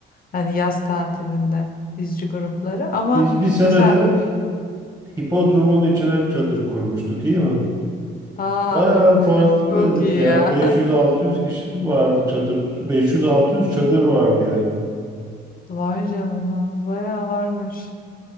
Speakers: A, on the left; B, on the right.
A: Hani yaz tatilinde izci grupları. Ama
B: Biz bir senede
A: mesela
B: hipodromun içine çadır kurmuştuk, iyi mi?
A: aa
B: Bayağı
A: o <laughs>
B: farklıydık
A: çok iyi
B: ya.
A: ya.
B: 500-600
A: <laughs>
B: kişi vardı çadır. 500-600 çadır vardı yani.
A: Vay canına, bayağı varmış.